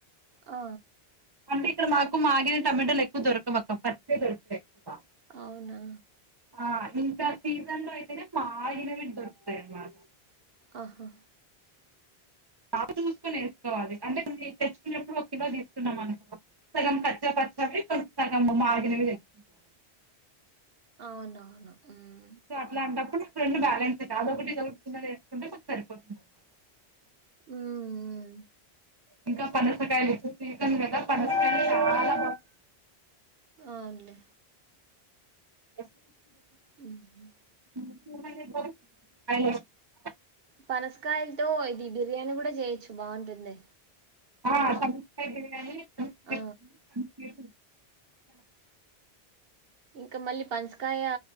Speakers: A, on the right; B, on the right.
A: ఆ
B: అంటే ఇక్కడ మాకు మాగిన టమాటలెక్కు దొరకవక్క పచ్చయి దొరుకుతయి ఎక్కువ
A: అవునా
B: ఆ ఇంకా సీసన్లో అయితేనే మాగినవి దొర్తుతయి అన్న
A: ఆహా
B: అవి చూస్కొన్ ఏస్కోవాలి అంటే మీర్ తెచ్చుకున్నప్పుడు ఒక కిలో తీసుకున్నాం అనుకో సగం కచ్చా పచ్చావి కొంచం సగం మాగినవి తెచ్చుకుంటాము.
A: అవునవునా మ్
B: సో అట్లాంటప్పుడు నాకు రెండు బ్యాలెన్స్ అయిత అదొకటి ఇదొకటి చిన్నగ వేసుకుంటే మాక్ సరిపోతుంది అన్నమాట.
A: మ్
B: ఇంకా పనసకాయలు ఇప్పుడు సీసన్ కదా పనసకాయలు చాలా బాగు
A: అవున్లే
B: <inaudible>
A: మ్ హ్
B: <unintelligible>
A: పనస్కాయలతో ఇది బిర్యానీ గుడా చేయొచ్చు బాగుంటుంది.
B: ఆ పనసకాయ్ బిర్యానీ సంస్కృతి
A: ఆ
B: సంస్కృతి
A: ఇంక మళ్ళీ పనసకాయ